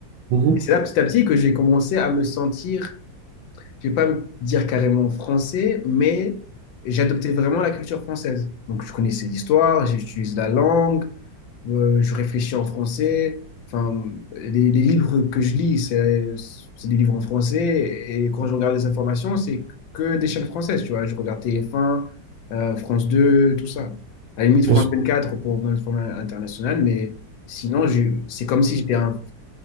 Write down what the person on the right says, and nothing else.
Mhm.
Bien
sûr,